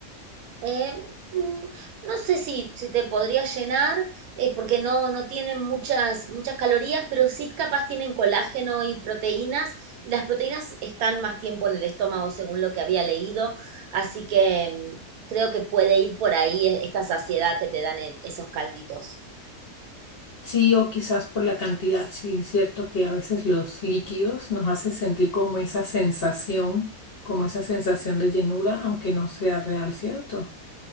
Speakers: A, on the right (about 80°); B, on the left (about 55°).
A: Eh, mm, no sé si, si te podría llenar, eh, porque no, no tienen muchas, muchas calorías, pero sí capaz tienen colágeno y proteínas, y las proteínas están más tiempo en el estómago, según lo que había leído, así que mm, creo que puede ir por ahí eh, esta saciedad que te dan eh, esos calditos.
B: Sí, o quizás por la cantidad, sí, es cierto que a veces los líquidos nos hace sentir como esa sensación, como esa sensación de llenura, aunque no sea real, ¿cierto?